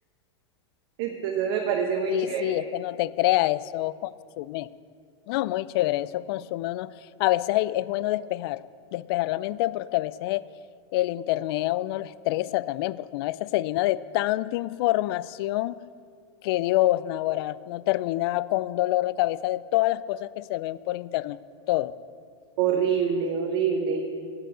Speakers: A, on the right; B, on the left.
A: Entonces me parece muy
B: Sí,
A: chévere.
B: sí, es que no te crea, eso consume. No, muy chévere, eso consume uno. A veces hay- es bueno despejar, despejar la mente porque a veces el internet a uno lo estresa también, porque una vez se llena de tanta información que Dios, Naguará, no termina con un dolor de cabeza de todas las cosas que se ven por internet, todo.
A: Horrible, horrible.